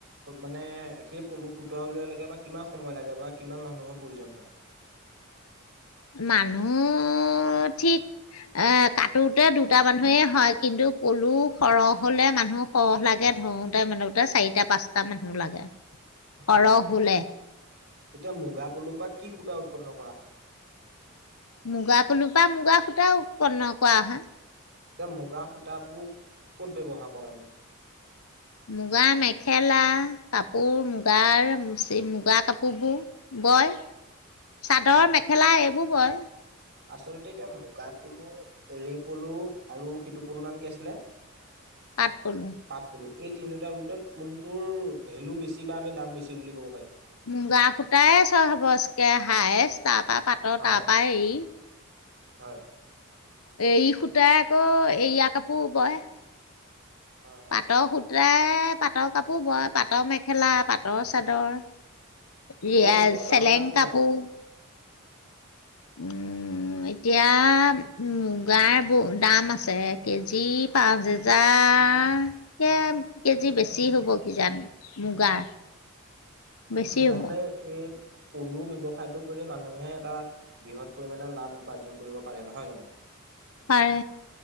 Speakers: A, on the right; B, on the left.
A: মানে সেই পলু সূতা উলোওৱা লৈকে আম কিমান সময় লাগে বা কিমান মানুহৰ প্ৰয়োজন হয়।
B: মানুহ ঠিক এ কাটোতে দুটা মানুহেই হয় কিন্তু পলু সৰহ হলে মানুহ সৰহ লাগে ধৰোতে মানতে চাৰিটা পাঁচটা মানুহ লাগে। সৰহ
A: হয়,
B: হলে
A: এতিয়া মুগা পলুৰপা কি সুতা উ <inaudible> উপন্ন কৰা হয়।
B: মুগা পলু পৰা মুগা সুতা। এটা উৎপন্ন কৰা হয়।
A: এতিয়া মুগা সূতাবোৰ ক'ত ব্যৱহাৰ কৰো আমি।
B: মুগা মেখেলা কাপোৰ মুগাৰ মুগা কাপোৰবোৰ বয়। চাদৰ
A: হয়
B: মেখেলা এইবোৰ ো পই <unintelligible>
A: আচলতে এতিয়া মুগাপলু, এৰী পলু আৰু সিটোপলু নাম কি আছিলে?
B: পাত পলো
A: পাট পলু এই তিনিওটা ভিতৰত কোনটোৰ ভেলু বেছি বা আমি দাম বেছি বুলি ক'ব পাৰিম।
B: মুগা সূতাই চ বস্কে হাইছ তাৰ পৰা পাতৰ
A: হয়,
B: তাৰ পৰা এৰি
A: হয়,
B: এই সূতা আকৌ এয়া কাপোৰ বয়
A: হয়, হয়।
B: পাতৰ সুত, প্ৰায়ই পাটৰ কাপোৰ বয় পাটৰ মেখেলা পাটৰ চাদৰ
A: এতিয়া
B: এইয়া
A: এইবোৰ বজাৰৰ
B: চেলেং
A: দাম কিমান
B: কাপোৰ
A: হয়?
B: উম এতিয়া মুগাৰ ব দাম আছে কেজি পাঁচ হেজাৰে কেজি বেছি হব কিজানি মুগাৰ।
A: হয়
B: বেছি
A: তেতিয়াহ'লে
B: হ'ব
A: এই। পলু ব্যবসায়তটো কৰি মানুহে এটা বৃহৎ পৰিমাণে লাভ উপাৰ্জন কৰিব পাৰে নহয় জানো?
B: পাৰে